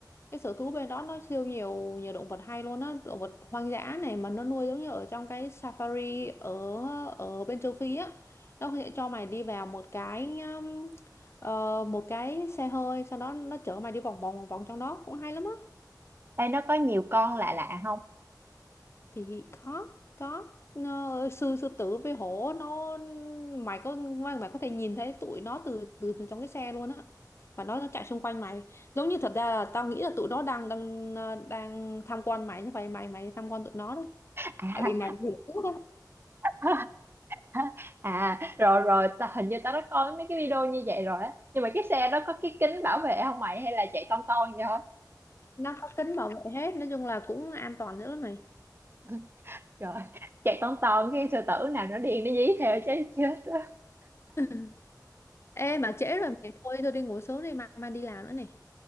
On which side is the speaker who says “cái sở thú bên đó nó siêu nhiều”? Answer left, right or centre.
Left